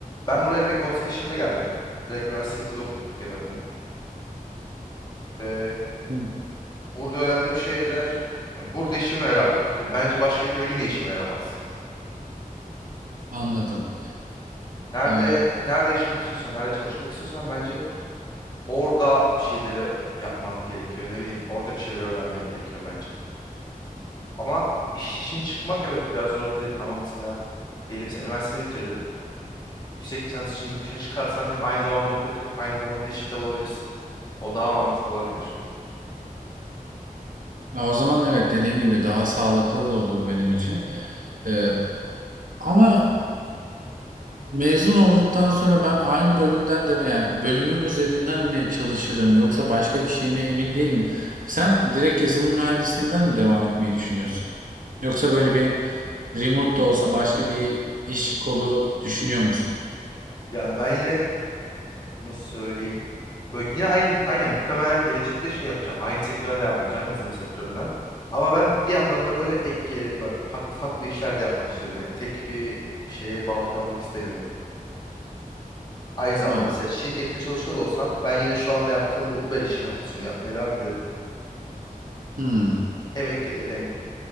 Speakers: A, on the left; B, on the right.
A: Ben buraya direkt 18 yaşında geldim. Direkt üniversiteyi burada okudum. Türkiye'de okumadım.
B: Hı.
A: Burada öğrendiğim şeyler yani burada işime yarar. Atıyorum bence başka ülkede yine işime yaramaz.
B: Anladım.
A: Nerede
B: Ee,
A: nerede yaşamak istiyorsan, nerede çalışmak istiyorsan bence orada bir şeyleri yapman gerekiyor. Ne bileyim, orada bir şeyleri öğrenmen gerekiyor bence. Ama iş için çıkmak evet biraz zor olabilir ama mesela diyelim sen üniversiteni bitirdin. Yüksek lisans için yurt dışına çıkarsan hem aynı zamanda okurken aynı zamanda işi de bulabilirsin. O daha mantıklı olabilir.
B: ya o zaman evet dediğin gibi daha sağlıklı da olur benim için. Ee, ama Mezun olduktan sonra ben aynı bölümden de yani bölümüm üzerinden mi çalışırım yoksa başka bir şey mi emin değilim. Sen direkt yazılım mühendisliğinden mi devam etmeyi düşünüyorsun? Yoksa böyle bir remote da olsa başka bir iş kolu düşünüyor musun?
A: Yani ben yine nasıl söyleyeyim? Böyle yine aynı, aynen muhtemelen gelecekte şey yapacağım. Aynı sektörden devam edeceğim yazılım sektöründen. Ama ben bir yandan da böyle ek gelir bö- farklı farklı işler de yapmak istiyorum. Yani tek bir şeye bağlı kalmak istemiyorum. Aynı zamanda
B: Ha.
A: mesela şirkette çalışıyor da olsam ben yine şu anda yaptığım bu Uber işini hafta sonu yapmaya devam ederim.
B: Hmm.
A: Hem ek gelir hem